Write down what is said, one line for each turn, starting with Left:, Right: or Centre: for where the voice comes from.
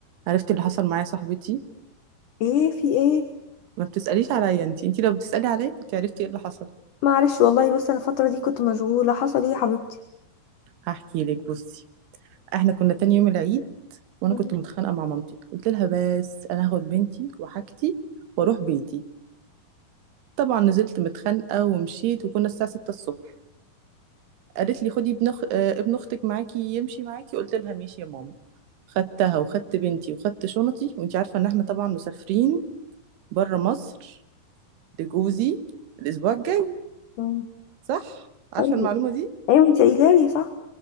Right: عرفت اللي حصل معايا صاحبتي
Left: ايه في ايه
Right: ما بتسأليش عليا انتي انتي لو بتسألي عليا كنت عرفتي ايه اللي حصل
Left: معلش والله بس انا الفترة دي كنت مشغولة حصل ايه يا حبيبتي
Right: هحكي لك بصي احنا كنا تاني يوم العيد وانا
Left: <laughs>
Right: كنت متخانقة مع مامتي قلت لها بس انا هاخد بنتي وحاجتي واروح بيتي طبعا نزلت متخانقة ومشيت وكنا الساعة 6 الصبح قالت لي خدي ابن أخ... آه، ابن اختك معاكي يمشي معاكي قلت لها ماشي يا ماما خدتها وخدت بنتي وخدت شنطي وانتي عارفة ان احنا طبعا مسافرين بره مصر لجوزي الاسبوع الجاي
Left: مم.
Right: صح عارفة
Left: ايوه
Right: المعلومة دي؟
Left: ايوه انت قايله لي صح